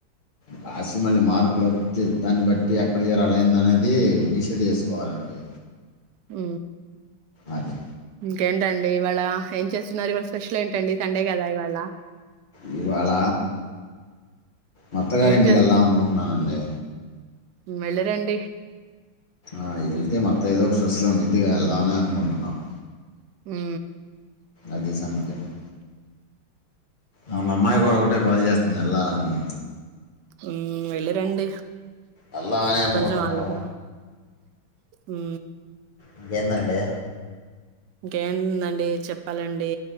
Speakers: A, on the left; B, on the right.
A: రాసి మళ్ళీ మార్కులు వచ్చే దాన్ని బట్టి ఎక్కడి చేరలా అనేది డిసైడ్ చేసుకోవాలండి
B: ఉ
A: అదే
B: కేంటండి ఇవాళ ఏం చేస్తున్నారు ఇవాళ స్పెషల్ ఏంటండి సండే కదా ఇవాళ
A: ఈ వాళ మత్తగారి
B: ఏం
A: ఇంటికి వెళ్దాం అనుకుంటున్నానండి
B: మెల్లి రాండి
A: ఆ వెళ్తే మా అత్త ఏదో ఒక స్పెషల్ ఉండిద్దిగ వెళ్దామని అనుకుంటున్నాం మ్
B: ఉ
A: అది సంగతి అండి ఆ మామ్మాయి ఒక ఒకటే గోల చేస్తుంది ఎల్లాల అని
B: ఉ వెళ్ళిరండి
A: వెళ్దామని అనుకుంటున్నాం
B: కొంచెం వాళ్ళగా ఊ
A: ఇంకే ఎందండి
B: ఇంకేందండి చెప్పాలండి